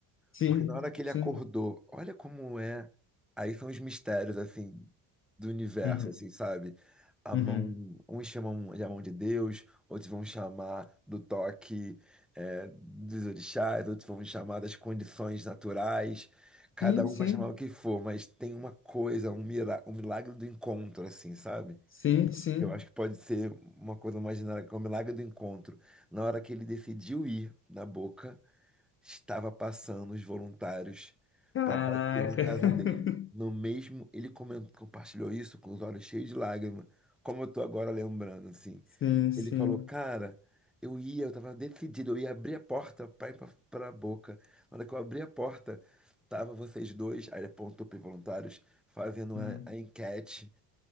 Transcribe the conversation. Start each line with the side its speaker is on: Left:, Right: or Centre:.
Left: Sim,
Centre: Porque na hora que ele
Left: sim.
Centre: acordou, olha como é. Aí são os mistérios, assim, do universo,
Left: Uhum,
Centre: assim, sabe? A
Left: uhum.
Centre: mão, uns chamam de a mão de Deus, outros vão chamar do toque, é, dos orixás, outros vão chamar das condições naturais. Cada
Left: Sim,
Centre: um
Left: sim.
Centre: vai chamar o que for, mas tem uma coisa, um mira- um milagre do encontro, assim, sabe?
Left: Sim, sim.
Centre: Eu acho que pode ser uma coisa imaginária, que é o milagre do encontro. Na hora que ele decidiu ir na Boca, estava passando os voluntários
Left: Caraca.
Centre: para bater na casa dele.
Left: <laughs>
Centre: No mesmo, ele comen- compartilhou isso com os olhos cheios de lágrimas, como eu tô agora lembrando, assim.
Left: Sim, sim.
Centre: Ele falou, cara, eu ia, eu tava decidido, eu ia abrir a porta pra ir pra, pra boca. Na hora que eu abri a porta, tava vocês dois, aí ele apontou pros voluntários, fazendo
Left: Hum.
Centre: a, a enquete.